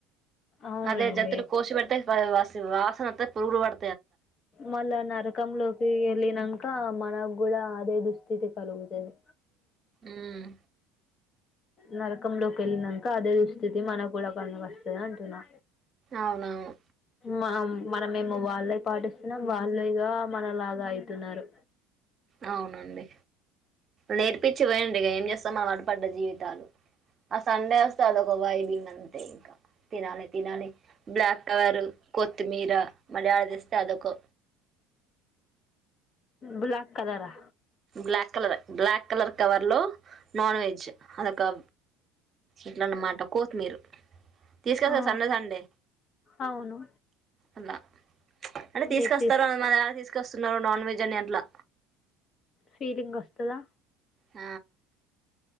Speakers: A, on the left (about 40°); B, on the right (about 35°).
A: అవునండి
B: అదే జంతులు కోశి బెడతే వా వాసన వాసన వత్తది పురుగులు పడ
A: మళ్ళ నరకం లో ఎల్లినంక మనకు కూడా అదే దుస్థితి కలుగుతది
B: ఉమ్
A: నరకంలోకి వెళ్ళినంక అదే దుస్థితి మనకు కూడా వస్తది అంటున్నా
B: అవునవును
A: మామ్ మన మేమో వాళ్ళకి పాటిస్తున్నాం వాళ్ళేగా మనలాగా అయితున్నరు
B: అవునండి నేర్పించి పోయండి. ఇక ఏం చేస్తాం అలవాటు పడ్డ జీవితాలు ఆ సండే వస్తది. ఒక వైబ్ తిన్నాను ఇంకా తినాలి తినాలి బ్లాక్ కలర్ కొత్తిమీర మళ్ళీ యాదితెస్తే ఆది ఒకో
A: బ్లాక్ కలరా
B: బ్లాక్ కలర్ బ్లాక్ కలర్ కవర్లో నాన్ వెజ్ అదొక ఇట్లాన్నమాట కొత్మీరు తీసుకోస్తా
A: ఆ
B: సండే సండే
A: అవును
B: అలా అంటే తీసుకొస్తారా
A: మీకు తీసు
B: మా డాడీ తీసుకు తీసుకొస్తున్నావ్ నాన్ వెజ్ అని అట్లా
A: ఫీలింగ్ వస్తదా
B: ఆ